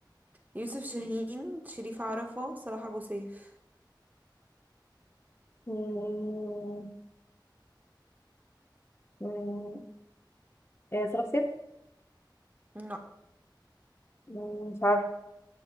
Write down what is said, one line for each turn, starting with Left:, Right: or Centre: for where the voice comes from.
Right: يوسف شاهين شريف عرفة صلاح ابو سيف
Left: أمم، أمم، آه، صلاح سيف
Right: لا
Left: أمم، مش عارفه